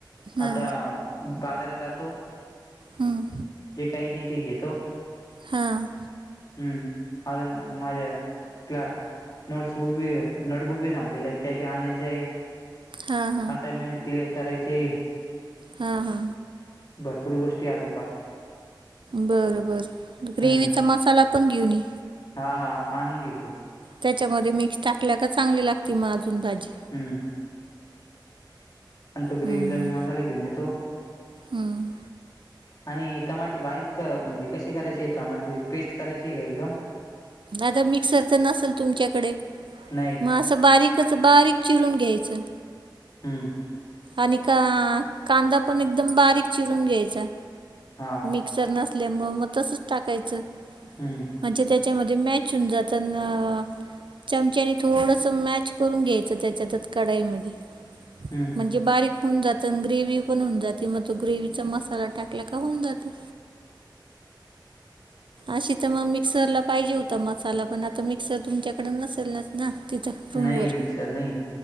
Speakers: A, on the right; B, on the left.
A: हां
B: आता बाजारात जातो.
A: हम्म.
B: जे काही न ते घेतो.
A: हां.
B: हम्म अ मझ्या कला न. सबुक बी नोटबुक बी संपलेले आहे ते बी आणायचे आहे.
A: हा.
B: असाइनमेंट क्लिअर करायची.
A: हा हा.
B: भरपूर गोष्टी अजून बा.
A: बरं बरं ग्रेवचा
B: हम्म
A: मसाला पण घेऊन ये.
B: हा हा आणून गे तो.
A: त्याच्यामध्ये मिक्स टाकल्या का चांगली लागते मग अजून भाजी.
B: हम. आणि तो ग्रेवीचा
A: हम्म
B: बी मसाला घेऊन येतो
A: हम्म
B: आणि. टमाटे बारीक म्हणजे कसे करायचे टमाटीची पेस्ट करायची का एकदम.
A: आता मिक्सर तर नसेल तुमच्याकडे
B: नाही.
A: म. असं बारीकच बारीक चिरून घ्यायचं.
B: हम्म.
A: आणि का कांदा पण एकदम बारीक चिरून घ्यायचा.
B: हा.
A: मिक्सर नसल्यामुळ मग तसच टाकायचं.
B: हम.
A: म्हणजे त्याच्यामध्ये मॅच होऊन जातना. चमच्यानी थोडस मॅच करून घ्यायचं त्याच्यात कडाईमध्ये.
B: हम.
A: म्हणजे बारीक होऊन जात आणि ग्रेव पण होऊन जाते मग तो ग्रेवचा मसाला टाकला का होऊन जातो. अशी तर मग मिक्सरला पाहिजे होता मसाला पण आता मिक्सर तुमच्याकडे नसेल नाच ना. तिथं रूमवर
B: नाही मिक्सर नाही.